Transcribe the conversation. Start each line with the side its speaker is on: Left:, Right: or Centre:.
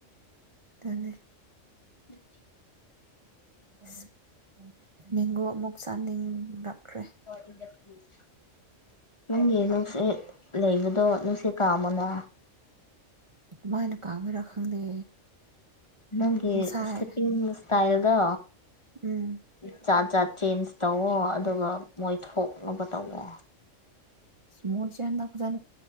Right: ꯇꯜꯅꯦ
Left: ꯍ
Right: <inaudible> ꯃꯦꯡꯒꯣ ꯑꯃꯨꯛ ꯆꯥꯅꯤꯡꯔꯛꯈ꯭ꯔꯦ
Left: <unintelligible> ꯅꯪꯒꯤ ꯅꯨꯡꯁꯤꯠ ꯂꯩꯕꯗꯣ ꯅꯨꯡꯁꯤꯠ ꯀꯥꯃꯣꯅ
Right: ꯀꯃꯥꯢꯅ ꯀꯥꯝꯒꯗ꯭ꯔ ꯈꯪꯗꯦ
Left: ꯅꯪꯒꯤ
Right: ꯉꯁꯥꯏ
Left: ꯁ꯭ꯂꯤꯄꯤꯡ ꯁꯇꯥꯢꯜꯗꯣ
Right: ꯎꯝ
Left: ꯆꯥ ꯆꯥꯠ ꯆꯦꯟꯖ ꯇꯧꯋꯣ ꯑꯗꯨꯒ ꯃꯣꯏ ꯊꯣꯛꯅꯕ ꯇꯧꯋꯣ
Right: ꯃꯣꯏꯁ ꯍꯟꯗꯛ ꯐꯖꯅ